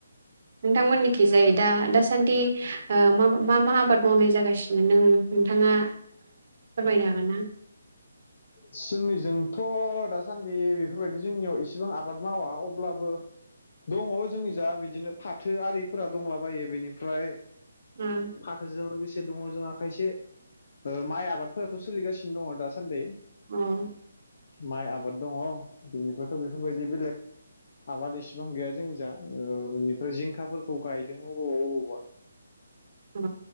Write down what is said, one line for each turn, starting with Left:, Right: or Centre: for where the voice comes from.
Right: नोंथांमोननिखि जायो दा दासान्दि ओ मा मा आबाद मावनाय जागासिनो नों नोंथाङा फोरमायनो हागोन ना।
Left: जोंनिजोंथ' दासान्दि बेफोरबायदि जोंनियाव एसेबां आबाद मावा अब्लाबो दङ जोंनि जा बिदिनो फाथो आरिफोरा दंलाबायो बेनिफ्राय
Right: उम
Left: फाथोजों लोगोसे दङ जोंहा खायसे ओ माइ आबादफोराथ' सोलिगासिनो दङ दासान्दि।
Right: उम
Left: माइ आबाद दङ बिनिफ्रायथ' बेफोरबायदि बेलेग आबाद इसेबां गैया जोंनि जा ओ बेनिफ्राय जिंखाफोरखौ गायदों अबावबा अबावबा
Right: औ